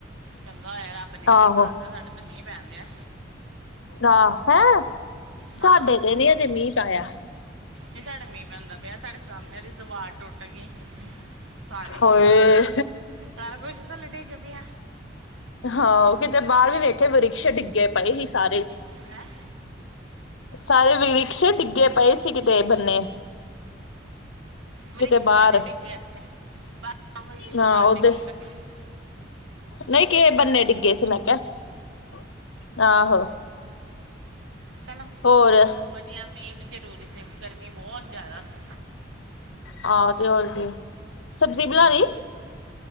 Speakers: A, on the right (about 85°); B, on the left (about 80°).
A: ਚੰਗਾ ਹੋਇਆ ਰੱਬ ਨੇ ਮੀਂਹ
B: ਆਹੋ
A: ਪਾਤਾ ਸਾਡੇ ਤੋਂ ਮੀਂਹ ਪੈਣ ਡਿਆ
B: ਆਹ ਹੈਂ
A: ਹਾਂ
B: ਸਾਡੇ ਤੇ ਨੀ ਹਜੇ ਮੀਂਹ ਪਾਇਆ
A: ਨਹੀਂ ਸਾਡੇ ਮੀਹ ਪਉਂਦਾ ਪਿਆ ਸਾਡੇ ਸਾਹਮਣੇ ਦੀ ਦੀਵਾਰ ਟੁੱਟ ਗਈ ਸਾਰੀ
B: ਹੋਏ
A: ਸਾਰਾ ਕੁਛ ਥੱਲੇ ਡਿੱਗ ਪਿਆ
B: ਹਾਂ ਉਹ ਕਿਤੇ ਬਾਹਰ ਵੀ ਵੇਖੇ ਵਰਿਕਕਸ਼ ਡਿੱਗੇ ਪਏ ਸੀ ਸਾਰੇ
A: ਹੈਂ
B: ਸਾਰੇ ਵਿਰਸ਼ ਡਿੱਗੇ ਪਏ ਸੀ ਕਿਤੇ ਬੰਨੇ
A: ਵਰਕਸ਼
B: ਕਿਤੇ ਬਾਹਰ
A: ਤੇਨ ਡਿੱਗੇਿਆ ਇਥੇ ਬ ਹੋਈ ਦ
B: ਹਾਂ
A: ਆ
B: ਉਹਦੇ
A: ਡਿੱਗੀ ਕੱਠੀ।
B: ਨਹੀਂ ਕੇਹੇ ਬੰਨੇ ਡਿੱਗੇ ਸੀ ਮੈਂ ਕਿਹਾ ਆਹੋ।
A: ਚਲੋ
B: ਹੋਰ
A: ਹੋ
B: ਆਹੋ
A: ਵਧੀਆ ਮੀਂਹ ਵੀ ਜ਼ਰੂਰੀ ਸੀ ਗਰਮੀ ਬਹੁਤ ਜ਼ਿਆਦਾ ਸੀ।
B: ਆਹੋ ਤੇ ਹੋਰ ਕੀ ਸਬਜ਼ੀ ਬਣਾਉਣੀ।
A: ਹਮ।